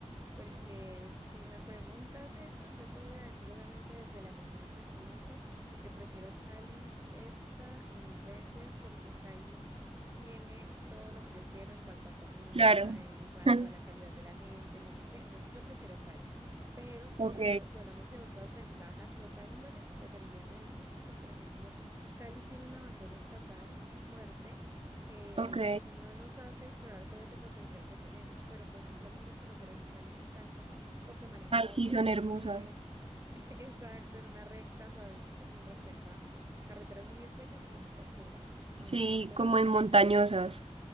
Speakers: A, on the right; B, on the right.
A: Porque si me preguntas eso, yo te voy a decir obviamente desde la emoción y el sentimiento que prefiero Cali esta y mil veces porque Cali tiene todo lo que yo quiero en cuanto a comida,
B: Claro.
A: en cuanto
B: <laughs>
A: a la calidad de la gente, no sé qué. Entonces yo prefiero Cali. Pero si
B: Ok,
A: me hablas, si hablamos de otras ventajas de otra índole, preferiría Medellín porque, por ejemplo, Cali tiene un abandono estatal fuerte que
B: ok.
A: pues no nos hace explorar todo ese potencial que tenemos. Pero, por ejemplo, a mí las carreteras en Cali me encantan porque manejo
B: Ay, sí,
A: pues
B: son hermosas.
A: bien, <laughs> exacto, en una recta, suavecito, mientras que acá carreteras muy estrechas y con muchas curvas. Entonces
B: Sí,
A: es terrible.
B: como en montañosas.